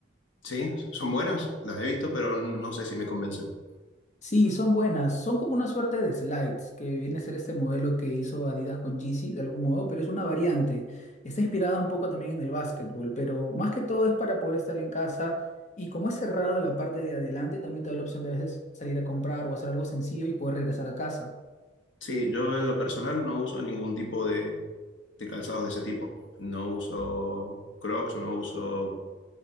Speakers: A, on the left; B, on the left.
A: sí, son buenas, las he visto, pero no sé si me convencen.
B: Sí, son buenas, son como una suerte de slides, que viene a ser este modelo que hizo Adidas con Yeezy de algún modo, pero es una variante. Está inspirada un poco también en el básquetbol, pero más que todo es para poder estar en casa y como es cerrado la parte de adelante, también te da la opción de a veces salir a comprar o hacer algo sencillo y poder regresar a casa.
A: Sí, yo en lo personal no uso ningún tipo de, de calzados de ese tipo. No uso Crocs, no uso